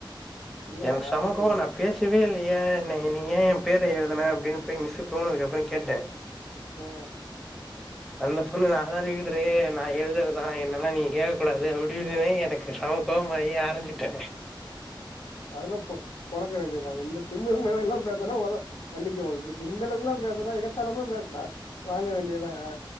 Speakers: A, on the left; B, in the centre.
A: இல்லடா
B: எனக்கு செம்ம
A: இது
B: கோவோ நா பேசவே இல்லையே ந நீ ஏ என் பேரை எழுதின அப்படின்னு போயி மிஸ் போனதுக்கு அப்புறோ கேட்டே
A: ஆ
B: அந்த பொண்ணு நா தா லீடறு நா எழுதுறதுதா என்னெல்லா நீ கேட்க கூடாது அப்பிடினோன்னே எனக்கு செம்ம கோவோ கோவமாயி அரைஞ்சுட்டே
A: அதெல்லா பொ பொழக்க வேண்டியதுதா இந்த திமிரு வேலையெல்லா பேசனா ஒத மன்னிக்குவோ இப்பிடி கிண்டலக்குகெல்லா பேசனா எகத்தாலமா பேசுனா வாங்க வேண்டியதா ஆ